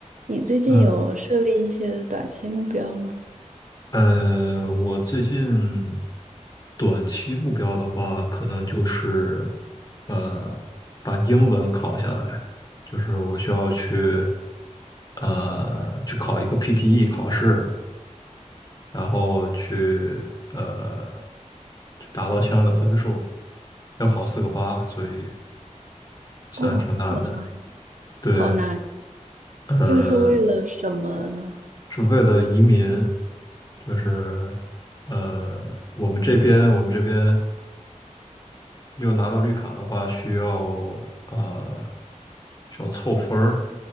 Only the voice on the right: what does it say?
你最近有设立一些短期目标吗？
哦，我的妈呀！
好难，
这个是为了什么呢？